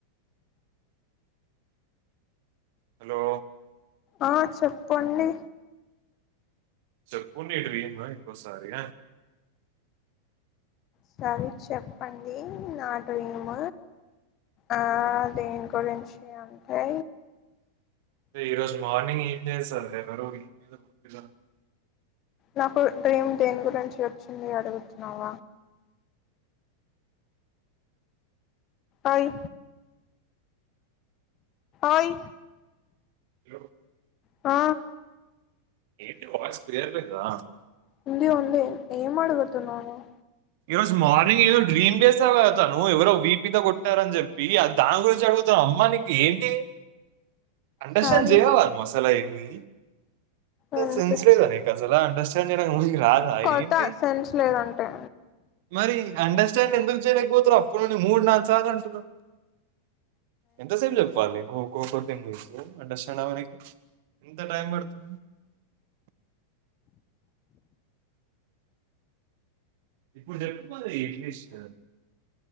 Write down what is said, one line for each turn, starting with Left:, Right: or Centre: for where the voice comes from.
Right: హలో
Left: ఆ చెప్పండి
Right: చెప్పు న డ్రీము ఎట్లోస్థాధి
Left: సరే చెప్పండి నా డ్రీమ్ ఆ దేని గురించి అంటే
Right: ఈ రోజు మార్నింగ్ ఏం చేశారు ఈవనింగ్ సేవర
Left: నాకు డ్రీమ్ దేన్ గురించి వచ్చింది అని అడుగుతున్నావ ఓయ్ ఓయ్
Right: అలో
Left: ఆ
Right: ఏంటి వాయిస్ క్లియర్లేదా
Left: ఉంది ఉంది ఏం అడుగుతున్నావ్ నువ్వు
Right: ఈ రోజు మార్నింగ్ ఈరోజు డ్రీమ్ పేసా కతాను ఎవరో విప్ మీద కొట్టారని చెప్పి దాని గురించి అడుగుతాను అమ్మా ఏంటి అండర్స్టాండ్
Left: సరే
Right: చేయావ అసలు ఏమి
Left: వినిపించ్
Right: సెన్స్లేదానేకసలా అండర్స్టాండ్ చేయడానికి ముందుకి రాద
Left: కొడతా
Right: ఏంటి
Left: సెన్స్ లేదంటే
Right: మరి మరి అండర్స్టాండ్ ఎందుకు చేయలేక పోతున్నావ్ అప్పుడు మూడు నాలుగు సార్లు అంటున్న ఎంత సేపు చెప్పాలి నీకు గో గో <unintelligible> అండర్స్టాండ్ అవ్వదు ఎంత టైం పడుత్ ఇప్పుడు చెప్ మరి ఎట్లీస్ట్